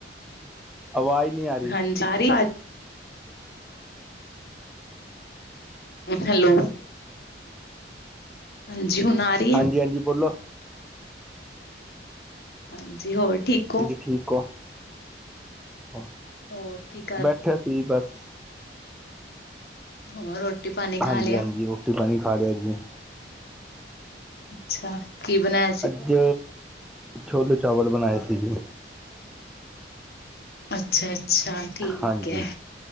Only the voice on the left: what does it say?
ਹਾਂਜੀ
ਆ ਰਹੀ ਹੈ, ਅਵਾਜ਼। ਹੈਲੋ। ਹਾਂਜੀ। ਹੁਣ ਆ ਰਹੀ।
ਹੈ
ਹਾਂਜੀ ਹੋਰ ਠੀਕ ਹੋ?
ਹੋਰ ਕੀ ਕਰ ਰਹੇ?
ਹੋਰ ਰੋਟੀ ਪਾਣੀ। ਖਾ
ਲਿਆ
ਅੱਛਾ ਕੀ ਬਣਾਇਆ ਸੀ?
ਅੱਛਾ ਅੱਛਾ ਠੀਕ
ਹੈ